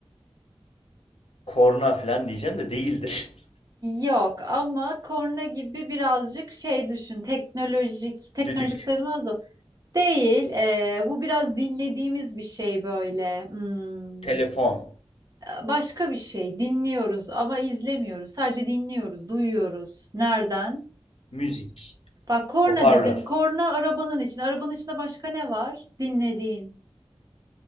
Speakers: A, on the left; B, on the right.
A: Korna falan diyeceğim de değildir. <laughs>
B: Yok ama korna gibi birazcık şey düşün. Teknolojik, teknolojik
A: Düdük,
B: sayılmaz da. Değil. eee, bu biraz dinlediğimiz bir şey böyle. Hmm,
A: telefon,
B: başka bir şey. Dinliyoruz ama izlemiyoruz. Sadece dinliyoruz, duyuyoruz. Nereden?
A: müzik,
B: Bak korna
A: hoparlör,
B: dedin. Korna arabanın içinde. Arabanın içinde başka ne var? Dinlediğin.